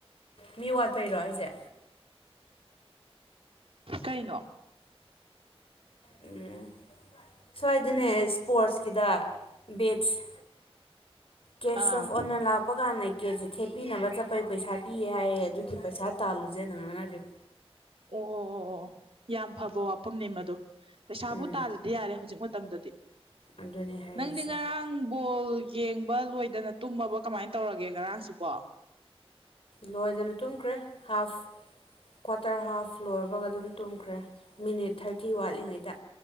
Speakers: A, on the left (about 65°); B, on the right (about 65°).
A: ꯃꯤ ꯋꯥꯠꯄꯩꯔꯣ ꯑꯩꯁꯦ
B: ꯀꯩꯅꯣ
A: ꯎꯝ ꯁ꯭ꯋꯥꯏꯗꯅꯦ ꯏꯁꯄꯣꯔꯠꯁꯀꯤꯗ ꯕꯤꯠꯁ ꯀꯦꯁ
B: ꯑꯥ
A: ꯑꯣꯐ ꯑꯣꯟꯅ ꯂꯥꯞꯄ ꯀꯥꯟꯅ ꯀꯀꯦꯠꯁꯦ ꯊꯦꯠꯄꯤꯅꯕ ꯆꯠꯄꯩ ꯄꯩꯁꯥ ꯄꯤꯌꯦ ꯍꯥꯏꯌꯦ ꯑꯗꯨꯗꯤ ꯄꯩꯁꯥ ꯇꯥꯜꯂꯨꯁꯦꯅ ꯉꯥꯡꯅꯔꯤꯕ
B: ꯑꯣ ꯑꯣ ꯑꯣ ꯑꯣ ꯌꯥꯝ ꯐꯕ ꯋꯥꯐꯝꯅꯦ ꯃꯗꯨꯣ ꯄꯩꯁꯥꯕꯨ
A: ꯎꯝ
B: ꯇꯥꯜꯂꯗꯤ ꯌꯥꯔꯦ ꯍꯧꯖꯤꯛ ꯃꯇꯝꯗꯗꯤ
A: ꯑꯗꯨꯅꯦ ꯍꯥꯏꯔꯤꯁꯦ
B: ꯅꯪꯗꯤ ꯉꯔꯥꯡ ꯕꯣꯜ ꯌꯦꯡꯕ ꯂꯣꯏꯗꯅ ꯇꯨꯝꯃꯕ ꯀꯃꯥꯏꯅ ꯇꯧꯔꯒꯦ ꯉꯔꯥꯡꯁꯤꯕꯣ
A: ꯂꯣꯏꯗꯅ ꯇꯨꯝꯈ꯭ꯔꯦ ꯍꯥꯐ ꯀ꯭ꯋꯥꯇꯔ ꯍꯥꯐ ꯂꯣꯏꯕꯒ ꯑꯗꯨꯝ ꯇꯨꯝꯈ꯭ꯔꯦ ꯃꯤꯅꯤꯠ ꯊꯥꯔꯇꯤ ꯋꯥꯠꯂꯤꯉꯩꯗ